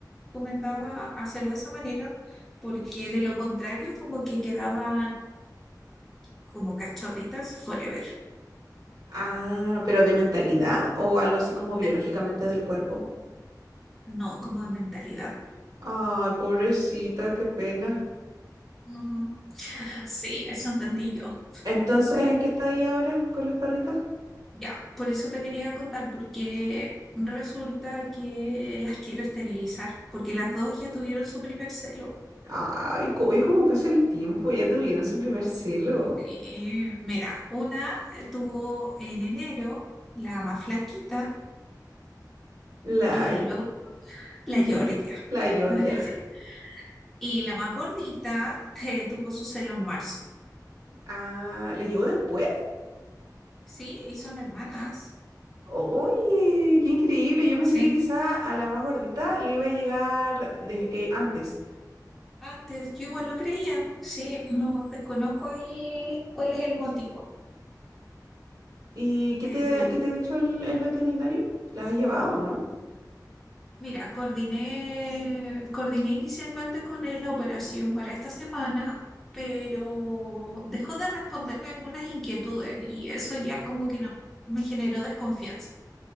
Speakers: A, in the centre; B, on the right.
A: recomendaba hacerlo de esa manera porque de lo contrario como que quedaban como cachorritas forever.
B: Ah, pero de mentalidad o algo así como
A: De-
B: biológicamente del cuerpo.
A: no, como de mentalidad.
B: Ay, pobrecita, qué pena.
A: Ujú. Sí, eso entendí yo.
B: Entonces, ¿en qué estáis ahora con las perritas?
A: Ya, por eso te quería contar, porque resulta que las quiero esterilizar, porque las dos ya tuvieron su primer celo
B: Ay, co- oye, cómo pasa el tiempo, ya tuvieron su primer celo.
A: Eh, mira, una tuvo en enero la más flaquita
B: La
A: y luego la
B: ya,
A: Georgia.
B: la Georgia.
A: <laughs> Sí. Y la más gordita eh, tuvo su celo en marzo.
B: Ah, ¿le llegó después?
A: Sí, y son hermanas.
B: Oye, qué increíble. Yo pensé
A: Sí.
B: que quizá a la más gordita le iba a llegar de- eh, antes.
A: Antes yo igual lo creía. Sí, no desconozco ahí cuál es el motivo,
B: ¿Y qué
A: pero
B: te, qué te ha dicho el, el veterinario? ¿Las has llevado, no?
A: Mira, coordiné, coordiné inicialmente con él la operación para esta semana, pero dejó de responderme algunas inquietudes y eso ya como que no me generó desconfianza.